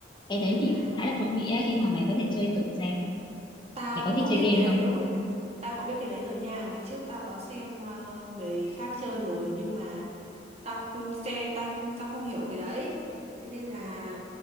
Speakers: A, on the left; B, on the right.
A: Cái đấy
B: à
A: thì cũng khá là thú vị ấy, khi nào mày có thể chơi thử xem.
B: Tao
A: Mày có thích
B: có biết
A: chơi game
B: cái đấy
A: không?
B: rồi. Tao có biết cái đấy rồi nha. Ngày trước tao có xem ờ, người khác chơi rồi nhưng mà tao xe tao tao không hiểu cái đấy. Thế nên là